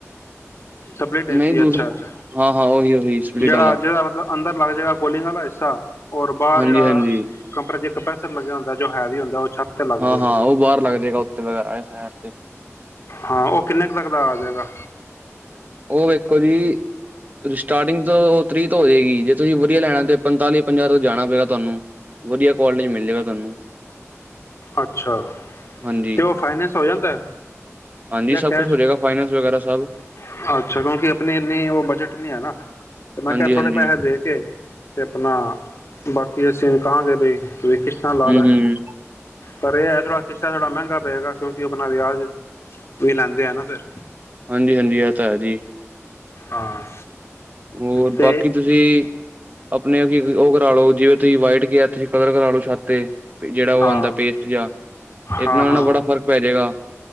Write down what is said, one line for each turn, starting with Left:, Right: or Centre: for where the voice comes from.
Left: ਸਪਲਾਈਟ ਏਸੀ
Right: ਨਹੀਂ ਦੂਸਰਾ
Left: ਅੱਛਾ ਅੱਛਾ
Right: ਹਾਂ ਹਾਂ ਉਹੀ ਉਹੀ ਸਪਲਿਟ
Left: ਜਿਹੜਾ
Right: ਵਾਲਾ
Left: ਮਤਲਬ ਅੰਦਰ। ਜੇਹਰਾ ਕੋਲਿੰਗ ਵਾਲਾ ਹਿੱਸਾ ਔਰ ਬਾਹਰ
Right: ਹਾਂਜੀ
Left: ਜਿਹੜਾ
Right: ਹਾਂਜੀ
Left: ਕੰਪ ਕੰਪ੍ਰੇਸਰ ਲੱਗਿਆ ਹੁੰਦਾ ਜੋ ਹੈਵੀ ਹੁੰਦਾ ਐ ਛੱਤ ਤੇ ਲੱਗ
Right: ਹਾਂ
Left: ਜਾਏਗਾ
Right: ਹਾਂ ਉਹ ਬਾਹਰ ਲੱਗ ਜਾਏਗਾ ਉੱਥੇ ਵਗੈਰਾ ਇਹ ਸਾਈਡ ਤੇ
Left: ਹਾਂ। ਉਹ ਕਿੰਨੇ ਕੁ ਤੱਕ ਦਾ ਆ ਜਾਵੇਗਾ?
Right: ਉਹ ਵੇਖੋ ਜੀ ਸਟਾਰਟਿੰਗ ਤੋਂ ਤੀਹ ਤੋਂ ਹੋ ਜਾਏਗੀ ਜੇ ਤੁਸੀਂ ਵਧੀਆ ਲੈਣਾ ਤੇ ਪੰਤਾਲੀ ਪੰਜਾਹ ਤੋਂ ਜਾਣਾ ਪਏਗਾ ਤੁਹਾਨੂੰ ਵਧੀਆ ਕੋਾਲਜ ਮਿਲ ਜਾਏਗਾ ਤੁਹਾਨੂੰ
Left: ਅੱਛਾ।
Right: ਹਾਂਜੀ
Left: ਤੇ ਉਹ ਫਾਈਨਸ ਹੋ ਜਾਂਦਾ
Right: ਹਾਂਜੀ
Left: ਜਾਂ
Right: ਸਭ
Left: ਕੈਸ਼
Right: ਕੁਛ ਹੋ ਜਾਏਗਾ
Left: ਅ
Right: ਫਾਈਨੈਂਸ ਵਗੈਰਾ ਸਭ
Left: ਅੱਛਾ ਕਿਉਂਕਿ ਆਪਣੇ ਇੰਨਨੀ ਉਹ ਬਜਟ ਨਹੀਂ ਹੈ ਨਾ। ਤੇ ਮੈਂ
Right: ਹਾਂਜੀ
Left: ਕਿਹਾ ਥੋੜ੍ਹੇ
Right: ਹਾਂਜੀ
Left: ਪੈਸੇ ਦੇ ਕੇ ਤੇ ਆਪਣਾ ਬਾਕੀ ਅਸੀਂ ਨ ਕਾਂਗੇ ਬਈ, ਵੀ ਕਿਸਤਾਂ ਲਾ
Right: ਹੂੰ
Left: ਲੈ
Right: ਹੂੰ
Left: ਪਰ ਇਹ ਹੈ ਥੋੜਾ ਕਿਸ਼ਤਾ ਥੋੜਾ ਮਹਿੰਗਾ ਪਏਗਾ ਕਿਉਂਕਿ ਆਪਣਾ ਵਿਆਜ ਵੀ ਲੈਂਦੇ ਆ ਨਾ ਫਿਰ
Right: ਹਾਂਜੀ ਹਾਂਜੀ ਆ ਤਾਂ ਆ ਜੀ।
Left: ਹਾਂ,
Right: ਹੋਰ
Left: ਤੇ
Right: ਬਾਕੀ ਤੁਸੀਂ ਆਪਣੇ ਕੀ ਉਹ ਕਰਾਲਓ। ਜਿਵੇਂ ਤੁਸੀਂ ਵਾਈਟ ਕਿਹਾ ਤੁਸੀਂ ਕਲਰ ਕਰਾ ਲੋ ਛੱਤਤੇ। ਜਿਹੜਾ ਉਹ
Left: ਹਾਂ
Right: ਆਉਂਦਾ ਪੇਸਟ ਜਾਂ ਇੱਕ
Left: ਹਾਂ
Right: ਨਾਲ ਉਹ
Left: ਹਾਂ
Right: ਨਾਲ ਬੜਾ
Left: ਹਾਂ
Right: ਫ਼ਰਕ ਪੈ ਜਾਏਗਾ